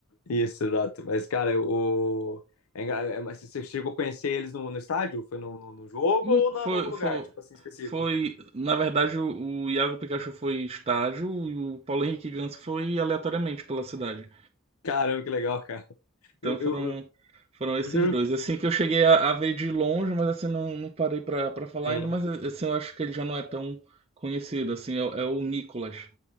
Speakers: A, on the left (about 80°); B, on the right (about 30°).
A: Isso, exato. Mas, cara, o. é engra- é- mas Você chegou a conhecer eles no, no estádio? Foi no, no, no jogo
B: Não,
A: ou
B: foi,
A: na, em algum lugar,
B: foi,
A: tipo assim, específico?
B: foi, na verdade, o, o Iago Pikachu foi estádio e o Paulo Henrique Ganso foi aleatoriamente pela cidade.
A: Caramba, que legal, cara.
B: Então
A: Eu,
B: foram,
A: eu,
B: foram esses
A: eu juro.
B: dois. Assim que eu cheguei a, a ver de longe, mas assim, não, não parei pra, pra falar
A: Sim.
B: ainda, mas assim, eu acho que ele já não é tão conhecido, assim, é, o- é o Nicolas.